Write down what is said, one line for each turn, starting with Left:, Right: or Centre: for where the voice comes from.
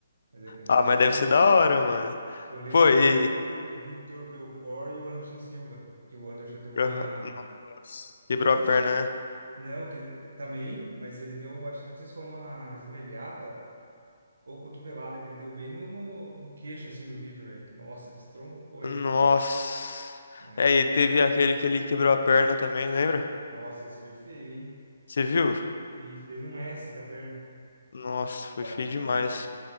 Right: mas é complicado,
Left: Ah, mas deve
Right: né?
Left: ser da hora, mano.
Right: Eu lembro
Left: Pô,
Right: até
Left: e.
Right: do, do Vitor Belfort e o Anderson Silva, que o Anderson deu uma.
Left: Aham. Nossa. Quebrou
Right: Eu não sei
Left: a perna,
Right: se.
Left: né?
Right: Não, que ele ele também, mas ele deu, acho que, eu não sei se foi uma joelhada ou cotovelada, que ele deu bem no, no, no queixo, assim, do Vitor, velho. Que, nossa, ele estroncou
Left: Nossa.
Right: ele, né?
Left: É, e teve aquele que ele quebrou a perna também, lembra?
Right: Nossa, esse foi feio, hein?
Left: Você viu?
Right: Fe- Fez um S com a perna.
Left: Nossa, foi
Right: Cara,
Left: feio
Right: é embaçado.
Left: demais.